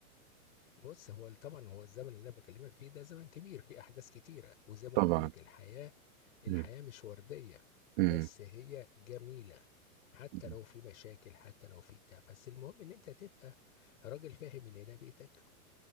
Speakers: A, on the left; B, on the right.
A: بص هو طبعا هو الزمن اللي انا بكلمك فيه ده زمن كبير فيه احداث كتيره وزي ما
B: طبعا
A: قلت لك الحياه الحياه
B: مم.
A: مش ورديه
B: مم.
A: بس هي جميله حتى
B: مم.
A: لو في مشاكل حتى لو في بتاع بس المهم ان انت تبقى راجل فاهم ان ده بيتك